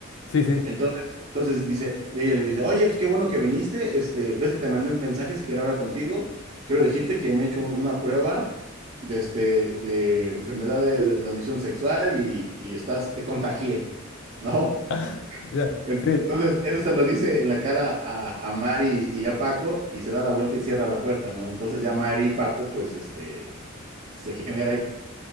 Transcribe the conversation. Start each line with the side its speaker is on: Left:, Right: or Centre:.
Left: Sí, sí.
Right: Entonces, entonces dice, ella le dice, oye, pues qué bueno que viniste, este, ves que te mandé mensajes, quiero hablar contigo, quiero decirte que me he hecho un- una prueba de, este, de enfermedades de transmisión sexual y, y estás, te contagié, ¿no?
Left: <laughs> Ya,
Right: En-
Left: sí.
Right: Entonces, eso se lo dice en la cara a, a Mari y a Paco y se da la vuelta y cierra la puerta, ¿no? Entonces ya Mari y Paco, pues, este, se genera ahí